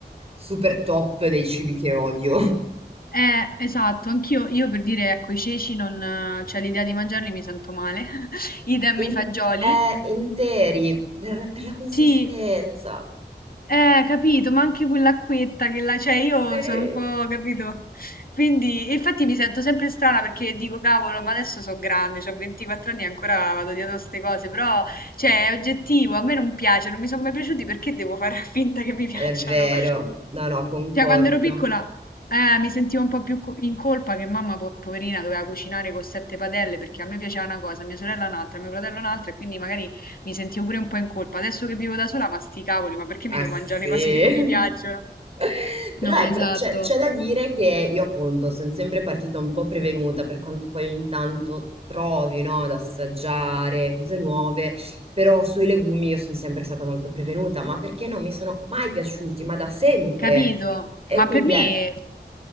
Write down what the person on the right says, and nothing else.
super top dei cibi che odio.
In
eh, interi, per per la consistenza.
Sì.
È
vero. No, no, concordo.
Ah
sì.
<laughs> Però
ecco,
c'è c'è da dire che io appunto sono sempre partita un po' prevenuta per quanto poi ogni tanto trovi, no, ad assaggiare cose nuove, però sui legumi io sono sempre stata molto prevenuta, ma perché non mi sono mai piaciuti, ma da sempre.
E
quindi
è...